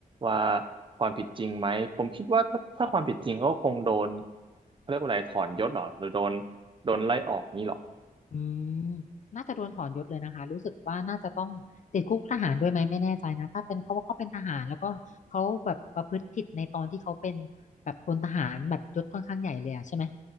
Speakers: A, on the right; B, on the left.
A: ว่าความผิดจริงไหมผมคิดว่าถ้าถ้าความผิดจริงเขาก็คงโดนเขาเรียกว่าอะไรถอนยศเหรอหรือโดนโดนไล่ออกนี้เหรอ
B: อืมน่าจะโดนถอนยศเลยนะคะรู้สึกว่าน่าจะต้องติดคุกทหารด้วยไหมไม่แน่ใจนะถ้าเป็นเขาว่าเขาเป็นทหารแล้วก็เขาแบบประพฤติผิดในตอนที่เขาเป็นแบบพลทหารแบบยศค่อนข้างใหญ่เลยอะใช่ไหม